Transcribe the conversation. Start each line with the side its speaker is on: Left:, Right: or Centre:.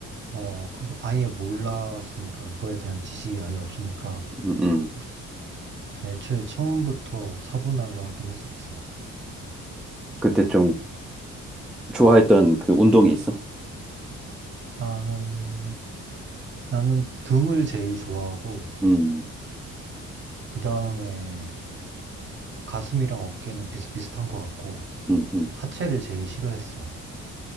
Right: 어, 그 아예 몰랐으니까, 그거에 대한 지식이 아예 없으니까,
Centre: 음, 음.
Right: 뭐, 그래서 애초에 처음부터 사분할로 하긴 했었어.
Centre: 그때 좀 좋아했던 그 운동이 있어?
Right: 나는, 나는 등을 제일 좋아하고,
Centre: 음,
Right: 그 다음에 가슴이랑 어깨는 비슷비슷한 것 같고,
Centre: 음, 음.
Right: 하체를 제일 싫어했어.